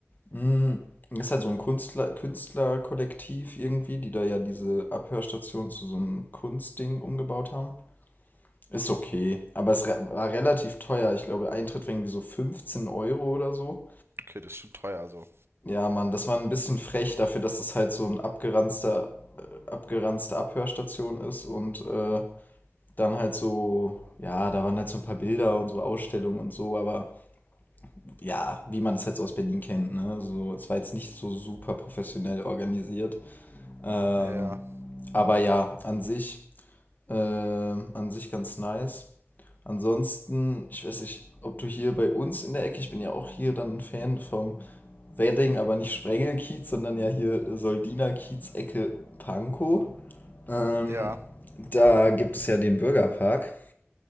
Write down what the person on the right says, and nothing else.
Okay, das ist schon teuer so.
Ja, ja.
Ja,